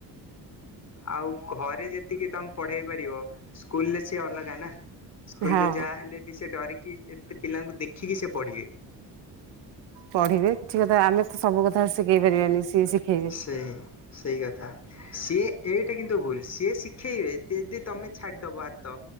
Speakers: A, on the left (about 40°); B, on the right (about 85°).
A: ଆଉ ଘରେ ଯେତିକି ତମେ ପଢେଇ ପାରିବ ସ୍କୁଲ ରେ ସି ଅଲଗା ନା। ସ୍କୁଲ
B: ହଁ।
A: ରେ ଯାହା ହେଲେ ବି ସେ ଡରିକି ଏତେ ପିଲାଙ୍କୁ ଦେଖିକି ସେ ପଢିବେ।
B: ପଢିବେ କିଛି କଥା ଆମେ ତ ସବୁ କଥା ଶିଖେଇ ପାରିବାନି। ସିଏ ଶିଖେଇବେ।
A: ସେଇ ସେଇ କଥା। ସିଏ ଏଇଟା କିନ୍ତୁ ଭୁଲ ସିଏ ଶିଖେଇବେଦି ଜେଦି ତମେ ଛାଡିଦବ ହାତ।